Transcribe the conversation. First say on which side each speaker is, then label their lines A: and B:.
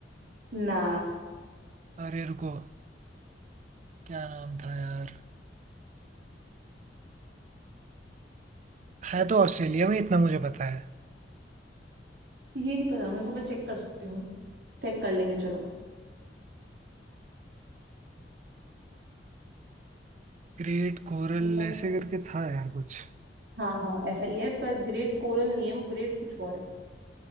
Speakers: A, on the right; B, on the right.
A: ना
B: अरे रुको क्या नाम था यार है तो ऑस्ट्रेलिया में इतना मुझे पता है
A: ये नहीं पता मेरे को मैं चेक कर सकती हूँ चेक कर लेंगे चलो
B: ग्रेट कोरल
A: बता
B: ऐसे
A: बता
B: करके था यार कुछ
A: हाँ हाँ ऐसा ही है पर ग्रेट कोरल नहीं है वो ग्रेट कुछ और है